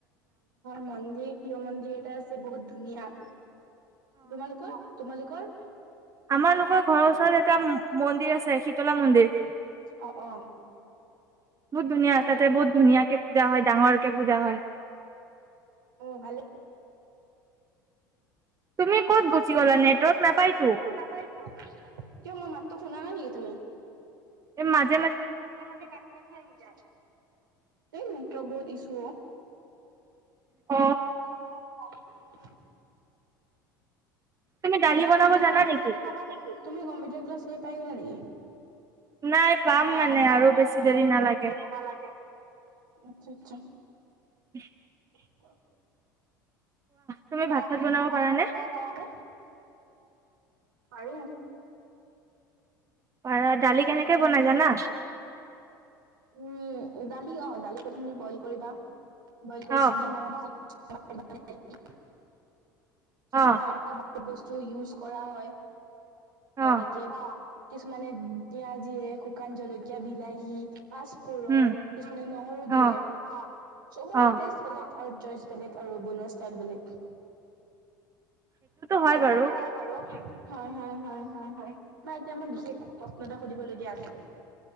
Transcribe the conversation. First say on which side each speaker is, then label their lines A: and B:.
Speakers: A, on the right; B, on the right.
A: মন্দিৰ প্ৰিয় মন্দিৰ এটা আছে বহুত ধুনীয়া তোমালোকৰ কতোমালোক কাৰ
B: আমাৰালোকৰ ঘৰৰ ওচৰত এটা মন্দিৰ আছে শীতলা মন্দিৰ বহুত
A: অ অ
B: ধুনীয়া
A: ভাল
B: তাতে বহুত ধুনীয়া কে পূজা হয় ডাঙৰ কে পূজা হয়
A: অ ভালেই
B: তুমি ক'ত গুচি গ'লা
A: তুমি
B: নেটৱৰ্ক
A: কত গুচি
B: নাপায়তো
A: গলা নেটৱৰ্ক নাপাইটো কিয় মোৰ মাতটো শুনা নাই নেকি কি তুমি
B: এ মাত
A: মাজে মাজে কাটি কাটি আহি যায় নেটক বহুত ইছু
B: অ
A: অ <inaudible>
B: তুমি দালি
A: কিয়
B: বনাব
A: তুমি
B: জানা
A: দালি
B: নেকি
A: বনাৰ জানা নেকি কিয় কম্পিউটাৰ ক্লাছ কৰি পাই গলা নেকি
B: নাই পাম
A: নাই
B: মানে
A: পাম
B: আৰু বেছি
A: মানে
B: দেৰি
A: আৰু
B: নালাগে
A: বেছি দেৰি নালাগে আচ্ছা আচ্ছা
B: উম <unintelligible>
A: <unintelligible>
B: তুমি
A: কোৱা
B: ভাত চাত
A: তুমি
B: বনাব
A: ভাত
B: পাৰানে
A: চাত বনাব পৰানে আৰু
B: পাৰা দালি কেনেকে বনাই জানা
A: উম দালি অ দালি প্ৰথমে বইল কৰিবা বইল কৰিছে
B: অ
A: চিটি মাৰা পিছত <unintelligible>
B: অ
A: চমবাৰ বহু বস্তু ইউজ কৰা হয়
B: অ
A: এনেকে কিছুমানে পিয়াজি দিয়ে শুকান জলকীয়া বিলাহী পাঁচপূৰণ
B: উম
A: কিছুমানে নহৰু দিয়ে
B: অ
A: চবৰে
B: অ
A: টেষ্ট বেলেগ আৰু চইচ বেলেগ আৰু বনোৱা ষ্টাইল বেলেগ সেইটোতো
B: হয় বাৰু
A: হয় বাৰু হয় হয় হয় হয় এতিয়া মই বিশেষ প্ৰশ্ন এটা সুধিবলগীয়া আছিলে